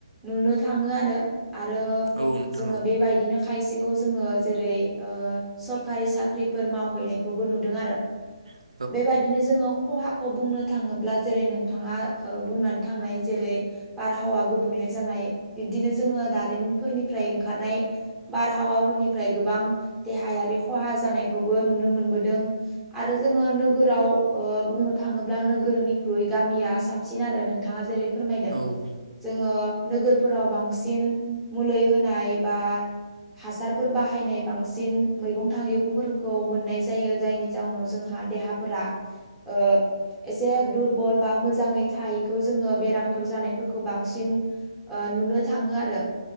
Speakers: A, in the centre; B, on the right (about 80°).
A: नुनो थाङो आरो आरो
B: औ नोंथां
A: जोङो
B: औ
A: बेबायदिनो खायसेखौ जोङो जेरै ओ सरखारि साख्रिफोर मावहैनायखौबो नुदों आरो
B: आरो
A: बेबायदिनो जोङो खहाखौ बुंनो थाङोब्ला जेरै नोंथाङा ओ बुंनानै थांनाय जेरै बारहावा गुबुंले जानाय बिबदिनो जोङो दारिमिनफोरनिफ्राय ओंखारनाय बारहावाफोरनिफ्राय गोबां देहायारि खहा जानायखौबो नुनो मोनबोदों आरो जोङो नोगोराव ऐ बुंनो थाङोब्ला नोगोरनिख्रुइ गामिया साबसिन आरो नोंथाङा जेरै फोरमायदों
B: औ
A: जोङो नोगोरफोराव बांसिन मुलि होनाय बा हासारफोर बाहायनाय बांसिन मैगं थाइैगंफोरखौ मोननाय जायो जायनि जाउनाव जोंहा देहा फोरा ओ एसे दुरबल बा मोजाङै थायैखौ जोङो बेरामफोर जानाय फोरखौ बांसिन ओ नुनो थाङो आरो